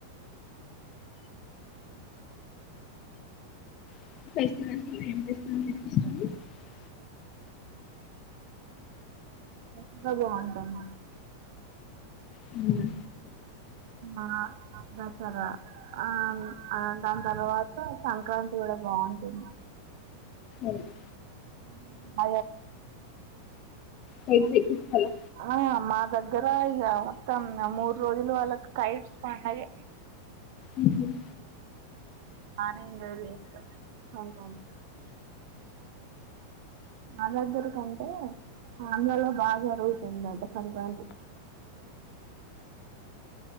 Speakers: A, on the left (about 35°); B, on the right (about 50°).
A: <inaudible>
B: ఇంకా బాగుంటుంది
A: అవునా
B: ఆ దసరా ఆ ఆ దాని తర్వాత సంక్రాంతి కూడా బావుంటుంది
A: అవును.
B: <unintelligible>
A: కేక్ తెప్పిస్తారా?
B: ఆ మా దగ్గర ఇగ మూడు రోజులు వాళ్లకి కైట్స్ పండగే
A: ఉమ్,
B: <unintelligible> మా దగ్గర కంటే ఆంలలో బా జరుగుతుందట సంక్రాంతి